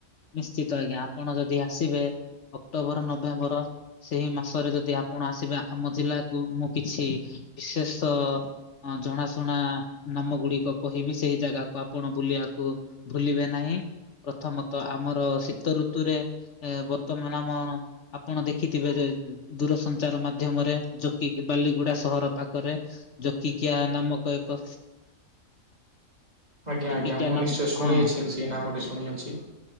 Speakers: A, on the left (about 60°); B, on the right (about 30°).
A: ନିଶ୍ଚିତ ଆଜ୍ଞା ଆପଣ ଯଦି ଆସିବେ ଅକ୍ଟୋବର ନଭେମ୍ବର ସେଇ ମାସରେ ଯଦି ଆପଣ ଆସିବେ ଆମ ଜିଲ୍ଲାକୁୁ ମୁଁ କିଛି ବିଶେଷ ଅ ଜଣାଶୁଣା ନାମ ଗୁଡିକ କହିବି ସେଇ ଜାଗାକୁ ଆପଣ ବୁଲିବାକୁ ଭୁଲିବେ ନାହିଁ ପ୍ରଥମତଃ ଆମର ଶୀତ ଋତୁରେ ଏ ବର୍ତ୍ତମାନ ଆମ ଆପଣ ଦେଖିଥିବେ ଯେ ଦୂରସଞ୍ଚାର ମାଧ୍ୟମରେ ଜୋକି ବାଲିଗୁଡା ସହର ପାଖରେ ଜୋକିକିଆ ନାମକ ଏକ
B: ଆଜ୍ଞା
A: ଜୋକିକିଆ
B: ଆଜ୍ଞା ମୁଁ
A: ନାମ
B: ନିଶ୍ଚୟ ଶୁଣିଅଛି
A: ହଁ
B: ସେଇ ନାମଟି ଶୁଣିଅଛି